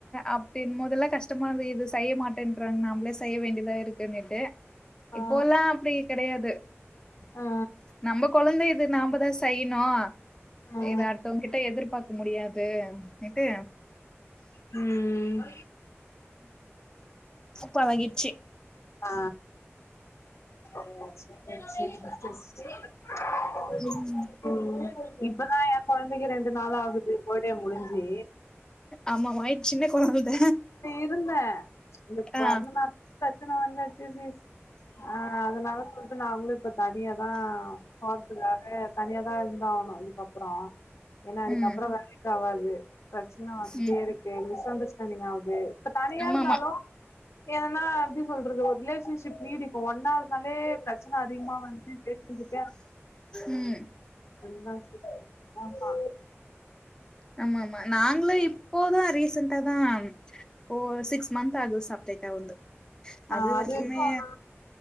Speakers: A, on the left; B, on the left.
A: அப்டின் மொதல்ல கஷ்டமானது இது செய்ய மாட்டேன்றாங்க நம்பளே செய்ய வேண்டியதா இருக்குன்னுட்டு இப்போலா
B: ஆ
A: அப்டி கெடயாது
B: ஆ
A: நம்ப கொழந்த இது நாம்பதான் செய்ணும்
B: ஆ
A: இத அடுத்தவங்க கிட்ட எதிர்பாக்க முடியாது னெட்டு
B: ம்
A: உ பழகிச்சி
B: ஆ <unintelligible>
A: ம்
B: ம் இப்பதான் என் கொழந்தைக்கு ரெண்டு நாள் ஆகுது பர்த்டே முடிஞ்சு
A: ஆமா வாயி சின்ன கொழந்த
B: இருந்தேன் இந்த பொறந்த
A: ஆ
B: நாள் பிரச்சனை வந்த ஓகே சிஸ் ஆ அதனால இப்ப நாங்களும் இப்ப தனியா தா போறதுக்காக தனியா தா இருந்தாகனு இதுக்கப் புறோ ஏன்னா அதுக்கப்புறோம்
A: ம்
B: வேலைக்கு ஆவாது பிரச்சன வந்துட்டே
A: ம்
B: இருக்கு மிஸ் அண்டர் ஸ்டான்டிங் இப்ப தனியாருந்தாலும்
A: ஆமா ஆமா
B: எதன்னா எப்டி சொல்றது ஒரு ரிலேஷன்ஷிப் நீடிக்கு ஒன்னாருந்தாலே பிரச்சன அதிகமா வந்து பேசுனசுக்கே
A: ம்
B: அதுதா சிஸ் ஆமா
A: ஆமா ஆமா நாங்களோ இப்போதான் ரீசன்டா தா ஃபோ சிக்ஸ் மந்த் ஆகுது சப்ரேட்டா வந்து
B: ஆ
A: அது வரைக்குமே
B: வரைக்கு ஆனா